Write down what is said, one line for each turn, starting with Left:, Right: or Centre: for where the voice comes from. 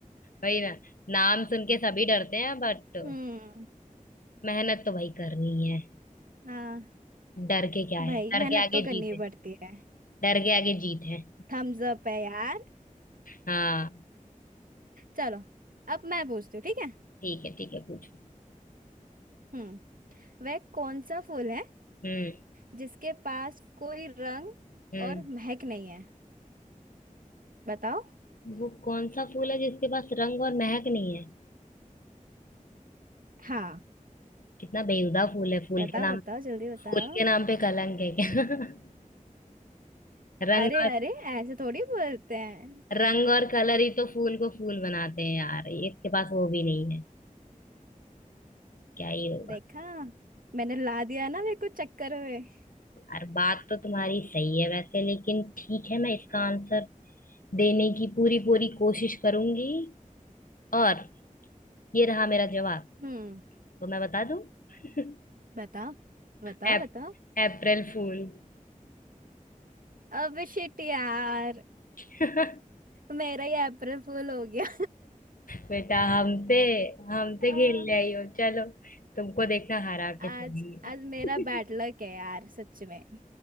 Left: वही ना नाम सुन के सभी डरते हैं बट
Right: हम्म
Left: मेहनत तो भाई करनी है
Right: हाँ
Left: डर के क्या है
Right: भाई
Left: डर
Right: मेहनत
Left: के आगे
Right: तो करनी
Left: जीत है
Right: पड़ती है
Left: डर के आगे जीत है
Right: थम्स अप है यार
Left: हाँ
Right: चलो अब मैं पूछती हूँ ठीक है
Left: ठीक है ठीक है पूछो
Right: हम्म वह कौन सा फूल है
Left: हम्म
Right: जिसके पास कोई रंग
Left: हम्म
Right: और महक नहीं है बताओ
Left: वो कौन सा फूल है जिसके पास रंग और महक नहीं है
Right: हाँ
Left: कितना बेहुदा फूल है फूल
Right: बताओ
Left: के नाम
Right: बताओ जल्दी बताओ
Left: फूल के नाम पे कलंक है क्या <laughs> रंग
Right: अरे
Left: और
Right: अरे ऐसे थोड़ी बोलते हैं
Left: रंग और कलर ही तो फूल को फूल बनाते हैं यार इसके पास वो भी नहीं है क्या ही होगा
Right: देखा मैंने ला दिया ना मेरे को चक्कर में
Left: यार बात तो तुम्हारी सही है वैसे लेकिन ठीक है मैं इसका आंसर देने की पूरी पूरी कोशिश करूंगी और ये रहा मेरा जवाब
Right: हम्म
Left: तो मैं बता दूं <laughs>
Right: बताओ बताओ
Left: अप,
Right: बताओ
Left: अप्रैल फूल
Right: अब शिट यार
Left: <laughs>
Right: मेरा ही अप्रैल फूल हो गया
Left: बेटा हमसे हमसे
Right: <laughs> आ,
Left: खेलने आई हो चलो तुमको देखना हरा
Right: आज
Left: के छोड़ेंगे
Right: आज मेरा बैड लक है यार सच में